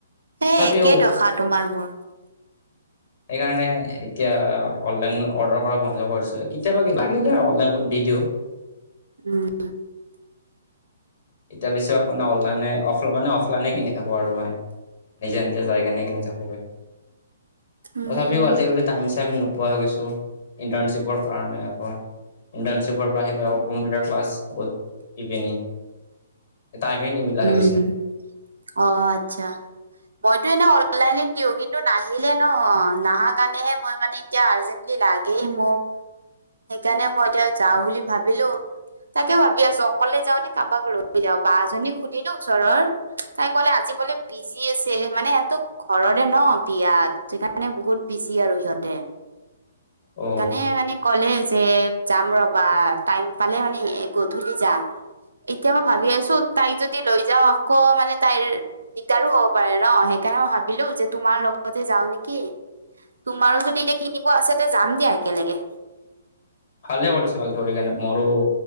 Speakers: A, on the right; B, on the left.
A: হে
B: তথাপিও
A: একেডখা তোমাৰ মোৰ
B: সেইকাৰণে এতিয়া অনলাইন অৰ্ডাৰ কৰা বন্ধ কৰিছো কেতিয়াবা লাগিলে অনলাইন দি দিও। <inaudible>
A: উম,
B: এতিয়া বেছিভাগ মানে অনলাইনে মানে অফলাইনে কিনি থাকো আৰু মই নিজা নিজা জায়গা ন কিনি থাকো
A: উম
B: তথাপিও আজিকালি টাইম চাইম নোপোৱা হৈ গৈছো ইণ্টাৰ্ণশ্বিপৰ কাৰণে আকৌ ইণ্টাৰ্ণশ্বিপৰ পৰা শেই আকৌ কম্পিউটাৰ ক্লাছ গ'ত ইভিনিং টাইমে নিমিলা হৈ
A: উম,
B: গৈছে
A: অ, আচ্ছা মই টো এনে অনলাইনত দিও কিন্তু নাহিলে ন নাহা কাৰণেহে মই মানে এতিয়া আৰ্জেন্টলি লাগে। মোক সেইকাৰণে মই এতিয়া যাও বুলি ভাবিলো। তাকে ভাবি আছো অকলে যাও নে কাৰোবাক লৈ যাও বা এজনী সুধিলো ওচৰৰ তাই কলে আজি বোলে বিজি আছে মেনো ঘৰৰে ন বিয়াত সেইকাৰণে বহুত বিজি আৰু সিহতে।
B: অ
A: তানে মানে ক'লে যে যাম ৰবা টাইম পালে মানে। গধূলি যাম। এতিয়া মই ভাবি আছো তাইক যদি লৈ যাও আকৌ মানে তাইৰ দিগদাৰো হব পাৰে ন সেইকাৰণে মই ভাবিলো যে তোমাৰ লগতে যাও নেকি?
B: <inaudible>
A: তোমাৰো যদি এতিয়া কিনিব আছে এ যাম দিয়া একেলগে
B: ভালে কৰিছ লগ ধৰি কেনে মৰো